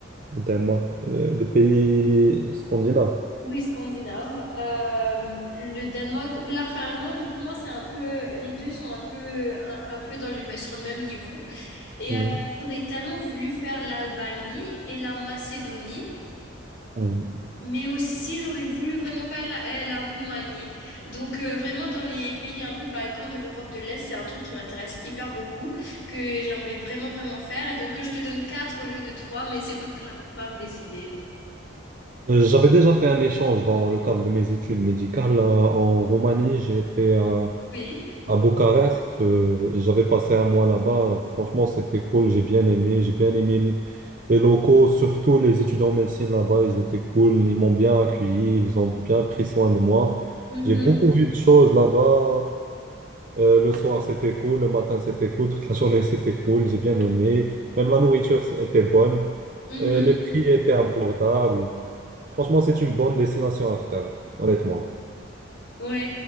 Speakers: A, on the right; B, on the left.
A: Danemark, euh, le pays scandinave.
B: Oui, scandinave. Euh, le Danemark ou la Finlande, pour moi, c'est un peu, les deux sont un peu, un, un peu dans le, me- sur le même niveau. Et
A: Mhm.
B: après, j'aurais tellement voulu faire l'Albanie et la Macédonie,
A: Oui.
B: mais aussi j'aurais voulu vraiment faire la, euh, la Roumanie. Donc euh, vraiment dans les pays un peu Balkans de l'Europe de l'Est, c'est un truc qui m'intéresse hyper beaucoup, que j'aimerais vraiment vraiment faire. Et donc euh, je te donne quatre au lieu de trois, mais c'est parce que j'arrive pas à me décider.
A: Euh, J'avais déjà fait un échange dans le cadre de mes études médicales euh, en Roumanie. J'ai été à
B: Oui.
A: À Bucarest, euh, j'avais passé un mois là-bas. Franchement, c'était cool. J'ai bien aimé. J'ai bien aimé l- les locaux, surtout les étudiants en médecine là-bas. Ils étaient cool. Ils m'ont bien accueilli. Ils ont bien pris soin de moi.
B: Mhm.
A: J'ai beaucoup vu de choses là-bas. Euh, le soir, c'était cool. Le matin, c'était cool. Toute la journée, c'était cool. J'ai bien aimé. Même la nourriture était bonne.
B: Mhm.
A: Euh, les prix étaient abordables. Franchement, c'est une bonne destination à faire, honnêtement.
B: Ouais,